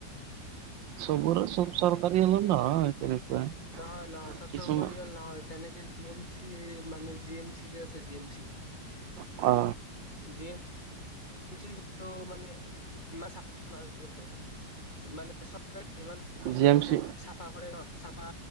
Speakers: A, on the right; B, on the left.
A: চবৰে চব চৰকাৰী হ'লেও নহয়। তেনেকুৱা।
B: নহয় নহয় চবচৰ
A: কিছুমান
B: পৰিয়াল নহয়। তেনেকে জিম- মানে জি এম চি যে আছে জি এম চি-
A: অ।
B: জি এম- চি মানে ইমান নহয় কিন্তু মানে চৰকাৰে সিমান- কৰ্মচাৰী
A: জি এম
B: আছে
A: চি
B: চাফা কৰে ন চাফা